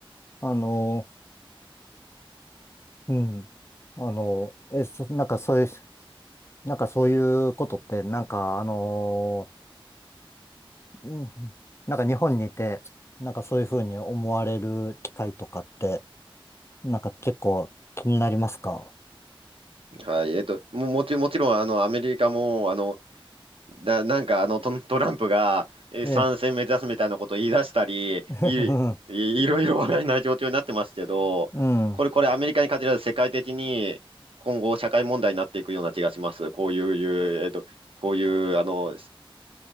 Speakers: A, on the left; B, on the right.
A: あの、うん。あの、え、そ、なんかそういう、なんかそういうことって、なんかあの、うん、なんか日本にいて、なんかそういうふうに思われる機会とかって、なんか結構気になりますか
B: はい。えっと、も、もち、もちろん、あの、アメリカも、あの、だ、なんかあのト、トランプがえー参戦目指すみたいなことを言い出したり、
A: ええ。<laughs>
B: い、い、いろいろ話題な状況になってますけど、
A: うん。
B: これ、これアメリカに限らず世界的に今後社会問題になっていくような気がします。こういう、いうえっと、こういう、あの、